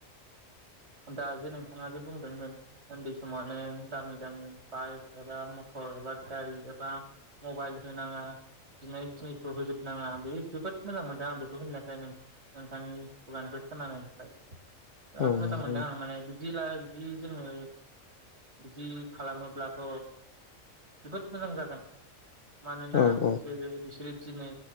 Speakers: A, on the right; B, on the left.
A: ओ दा जे नोंथाङा जे बुंदोंमोन उन्दै समनो दामि दामि बाइक रां <unintelligible> थर एबा गारि एबा मबाइल होनाङा बिनायखिनिखौ होजोबनाङा। बे जोबोद मोजां मोनदों आं बेखौ होननायखाय नोंथांनि खुगानिफ्राय खोनानायफ्राय। बिराद
B: औ
A: मोजां
B: नंगौ
A: मोनदो
B: नोंथां
A: आं माने बिदि ला बिदि जोङो बिदि खालामो अब्लाथ' जोबोद मोजां जागोन। मानोना
B: औ
A: बिसोर
B: औ
A: बिसोर दिनै